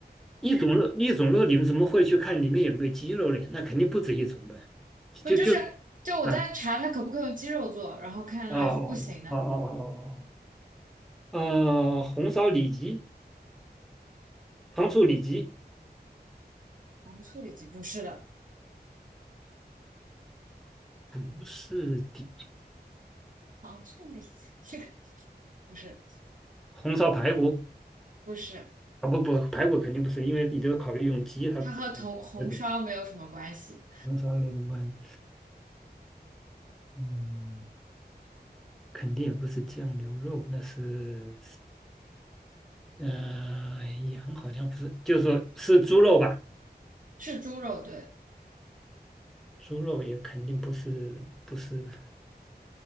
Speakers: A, in the centre; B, on the right (about 50°).
A: 一种肉，一种肉，你们怎么会去看里面有没有鸡肉嘞？那肯定不止一种呗，就就
B: 不就是就我在查它可不可以用鸡肉做，
A: 啊
B: 然后看来是不行的。
A: 哦哦哦哦哦哦哦，呃，红烧里脊、糖醋里脊
B: 糖醋里脊不是的，
A: 不是的，
B: 糖醋里脊这个不是
A: 红烧排骨
B: 不是，
A: 啊不不，排骨肯定不是，因为你都要考虑用鸡，它不可能排骨
B: 它和红红烧没有什么关系，
A: 红烧那种关系，嗯，肯定也不是酱牛肉，那是呃羊好像不是，就是说是猪肉吧。
B: 是猪肉对，
A: 猪肉也肯定不是不是